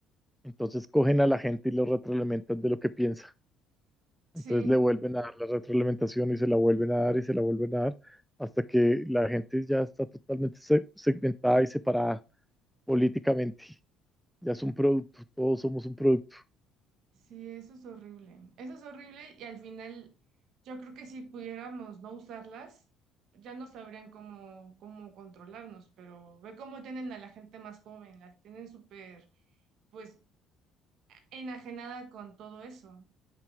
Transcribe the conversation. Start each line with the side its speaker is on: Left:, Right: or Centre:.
Centre: Entonces cogen a la gente y lo retroalimentan de lo que piensa.
Right: sí,
Centre: Entonces le vuelven a dar la retroalimentación y se la vuelven a dar y se la vuelven a dar hasta que la gente ya está totalmente se- segmentada y separada políticamente. Ya es un producto, todos somos un producto.
Right: sí, eso es horrible. Eso es horrible y al final yo creo que si pudiéramos no usarlas, ya no sabrían cómo, cómo controlarnos, pero ve cómo tienen a la gente más joven, las tienen súper, pues, enajenada con todo eso.